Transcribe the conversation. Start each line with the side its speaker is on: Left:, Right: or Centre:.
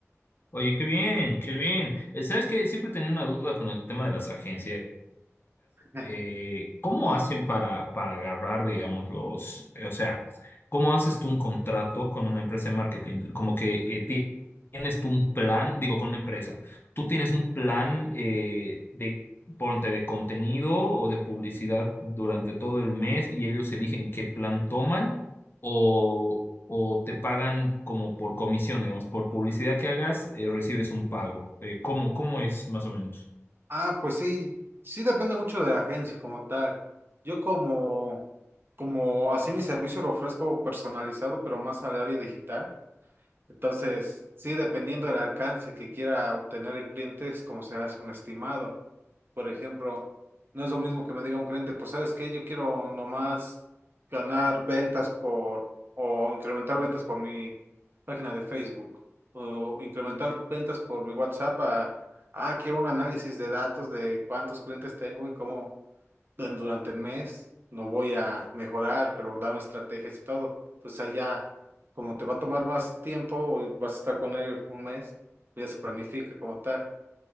Left: Oye, qué bien, qué bien. Eh, ¿Sabes qué? Siempre tenía una duda con el tema de las agencias.
Right: <laughs>
Left: eh, ¿cómo hacen para, para agarrar, digamos, los, eh, o sea, cómo haces tú un contrato con una empresa de marketing? Como que eh, ti- tienes tú un plan, digo, con una empresa, tú tienes un plan eh, de, ponte, de contenido o de publicidad durante todo el mes y ellos eligen qué plan toman o, o te pagan como por comisión, digamos, por publicidad que hagas, eh, recibes un pago. Eh, ¿cómo, cómo es más o menos?
Right: Ah, pues sí, sí depende mucho de la agencia como tal. Yo como, como así mi servicio lo ofrezco personalizado, pero más al área digital. Entonces, sí, dependiendo del alcance que quiera obtener el cliente, es como será un estimado. Por ejemplo, no es lo mismo que me diga un cliente, pues sabes qué, yo quiero nomás ganar ventas por, o incrementar ventas por mi página de Facebook, o incrementar ventas por mi WhatsApp a, ah, quiero un análisis de datos de cuántos clientes tengo y cómo en durante el mes lo voy a mejorar, pero dame estrategias y todo. Entonces allá, como te va a tomar más tiempo, o vas a estar con él un mes, ya se planifica como tal.